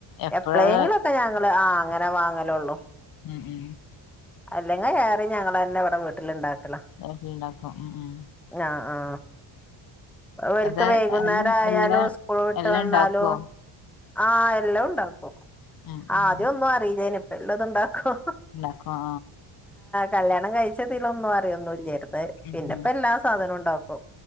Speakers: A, on the left; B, in the centre.
A: എപ്പഴും
B: എപ്പോളേങ്കിലോക്കെ
A: അത്
B: ഞങ്ങള് ആ... അങ്ങനെ വാങ്ങലൊള്ളു.
A: ഉംമ്...
B: അല്ലെങ്കി ഏറെം ഞങ്ങളെന്നെവ് ടെ വീട്ടില്ണ്ടാക്കല്
A: വീട്ടിലുണ്ടാക്കും ഉം ഉം
B: <unintelligible> ആ അ. അവ്ര്ക്ക്
A: അത്
B: വൈകുന്നേരായാലും
A: എല്ലാം എല്ലാ
B: സ്കൂള് വിട്ട്
A: എല്ലാം
B: വന്നാലും
A: ഉണ്ടാക്കുവോ
B: ആ... എല്ലവ്ണ്ടാക്കും
A: ഉം ഉം
B: ആദ്യം ഒന്നറിയിലേന്ന് ഇപ്പെല്ലത്ണ്ടാക്കും.
A: ണ്ടാക്കും ആ...
B: കല്യാണം കഴിച്ചതിലൊന്നും അറിയൊന്നില്ലാർന്നു
A: ഉം
B: പിന്നെപ്പെല്ലാ
A: ഉം
B: സാധനോം ഉണ്ടാക്കും.